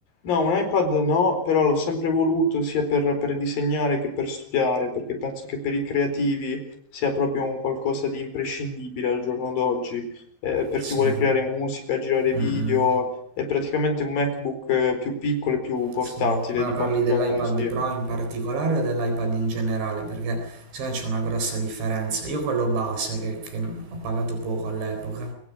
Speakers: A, on the left (about 50°); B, on the right (about 75°).
A: No, un iPad no, però l'ho sempre voluto sia per, per disegnare che per studiare, perché penso che per i creativi sia proprio un qualcosa di imprescindibile al giorno d'oggi, eh, per
B: Sì.
A: chi vuole creare musica, girare video,
B: Mm, mm.
A: è praticamente un MacBook eh, più piccolo e più portatile
B: Sì, ma
A: di
B: parli
A: quanto già
B: dell'iPad
A: non lo sia.
B: Pro in particolare o dell'iPad in generale? Perché secondo me c'è una grossa differenza. Io quello base, che, che ho pagato poco all'epoca,